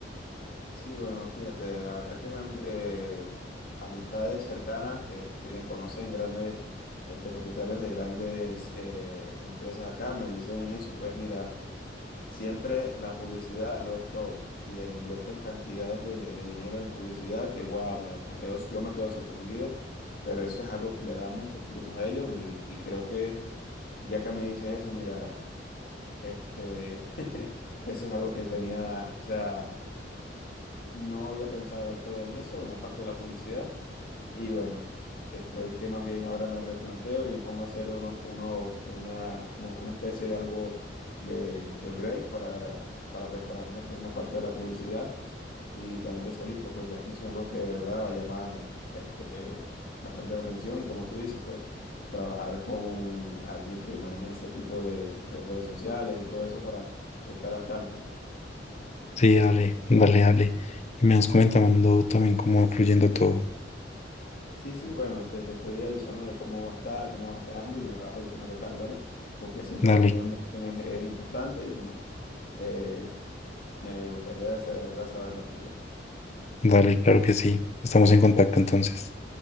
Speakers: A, on the left (about 55°); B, on the left (about 40°).
A: Sí, bueno, fíjate, la verdad que me han, eh, amistades cercanas que tienen, conocen grandes este, propietarios de grandes eh, empresas acá me dicen eso, pues mira, siempre la publicidad lo es todo y eh, invierten cantidades de, de dinero en publicidad que wow, me, me quedo, yo me quedo sorprendido, pero eso es algo que le da muchos frutos a ellos y, y creo que ya que me dices eso, mira, este, <laughs> eso es algo que tenía, o sea... No había pensado del todo en eso, en la parte de la publicidad. Y bueno, estoy que más bien ahora me replanteo y me pongo a hacer unos, unos, una, como una especie de algo de, de break para, para preparar lo que es la parte de la publicidad y tener eso listo, pues ya que eso es algo que de verdad va a llamar este, bastante la atención y como tú dices, pues trabajar con alguien que maneje ese tipo de, de redes sociales y todo eso para estar al tanto.
B: Sí, dale, dale, dale. Y me vas comentando también cómo va fluyendo todo.
A: Sí, sí, bueno, este, te estoy avisando de cómo va a estar, cómo va quedando y me vas avisando qué tal, ¿vale? Porque siempre
B: Dale,
A: la opinión de alguien es, es importante y bueno, eh, me gustaría de verdad saber la tuya.
B: dale, claro que sí. Estamos en contacto entonces.